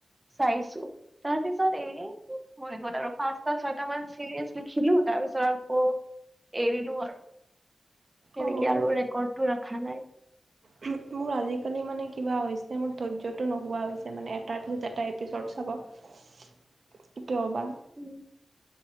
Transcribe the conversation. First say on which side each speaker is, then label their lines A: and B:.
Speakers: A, on the right; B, on the right.
A: চাইছোঁ। তাৰ পিছত এই হৈ গ'ল আৰু পাঁচটা, ছয়টা মান চিৰিয়েচ লিখিলোঁ তাৰ পিছত আকৌ এৰিলোঁ আৰু সেনেকে
B: অ'
A: আৰু ৰেকৰ্ডটো ৰাখা নাই।
B: <unintelligible> মোৰ আজিকালি মানে কিবা হৈছ এ মোৰ ধৈৰ্যটো নোহোৱা হৈছে মানে এটাৰ পিছত এটা এপিছড চাব। কিয়বা
A: উম,